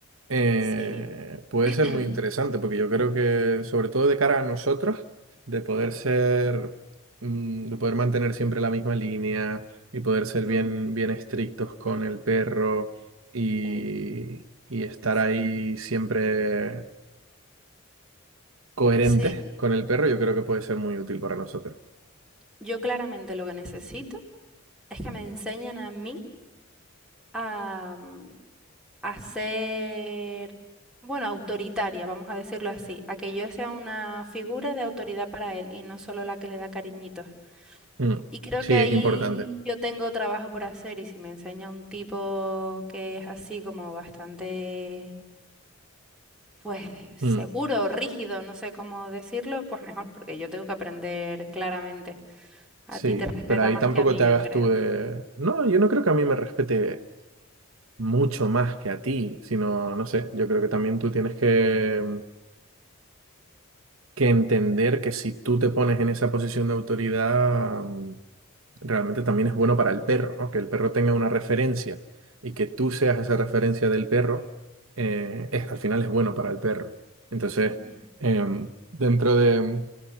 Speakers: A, on the right (about 70°); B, in the centre.
A: eh,
B: Sí.
A: puede
B: <clears throat>
A: ser muy interesante, porque yo creo que, sobre todo de cara a nosotros, de poder ser, mm, de poder mantener siempre la misma línea y poder ser
B: Mm,
A: bien, bien estrictos con
B: Sí,
A: el perro y,
B: sí,
A: y estar
B: sí.
A: ahí siempre coherentes
B: Sí,
A: con el perro, yo creo que puede ser muy útil para nosotros.
B: yo claramente lo que necesito es que me enseñen a mí a, mm, a ser, bueno, autoritaria, vamos a decirlo así, a que yo sea una figura de autoridad para él y no solo la que le da cariñitos.
A: Mm,
B: Y creo
A: Sí,
B: que ahí
A: es importante.
B: yo tengo trabajo por hacer y si me enseña un tipo que es así como bastante, pues seguro,
A: Mm,
B: rígido, no sé cómo decirlo, pues mejor, porque yo tengo que aprender claramente. A
A: Sí,
B: ti te respeta
A: pero ahí
B: más
A: tampoco
B: que a mí,
A: te hagas
B: yo creo.
A: tú de... No, yo no creo que a mí me respete mucho más que a ti, sino, no sé, yo creo que también tú tienes que, mm, que entender que si tú te pones en esa posición de autoridad, mm, realmente también es bueno para el perro, ¿no? Que el perro tenga una referencia y que tú seas esa referencia del perro, eh, es, al final es bueno para el perro. Entonces,
B: Ujú.
A: em, dentro de mm,